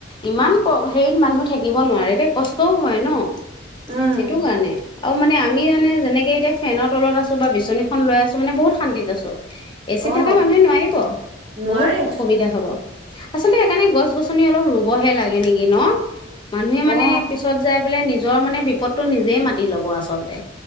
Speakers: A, on the left; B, on the right.
A: ইমান কম হেৰিত মানুহ থাকিব নোৱাৰে। তে কষ্টও হয় ন'।
B: উম
A: সেইটো কাৰণে। আৰু মানে আ আমি মানে যেনেকে এতিয়া ফেনৰ তলত আছোঁ বা বিচনীখন লৈ আছোঁ, মানে বহুত শান্তিত আছোঁ। এ চিত
B: অ
A: থাকা মানুহে নোৱাৰিব।
B: নোৱাৰে
A: বহুত অসুবিধা হ'ব। আচলতে সেইকাৰণে গছ গছনি অলপ ৰুবহে লাগে নেকি ন'? মা মানে
B: অ
A: পিছত যাই পেললে নিজ যোৱা মানে বিপদটো নিজেই মাতি ল'ব আচলতে।